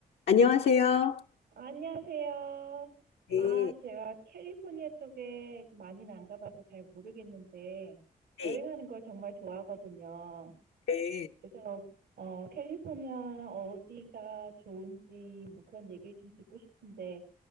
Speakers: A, on the left; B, on the right.
A: 안녕하세요.
B: 안녕하세요.
A: 네,
B: 아, 제가 캘리포니아 쪽에 많이는 안 가봐서 잘 모르겠는데,
A: 네,
B: 여행하는 걸 정말 좋아하거든요.
A: 네.
B: 그래서, 어, 캘리포니아 어디가 좋은지, 뭐 그런 얘기를 좀 듣고 싶은데,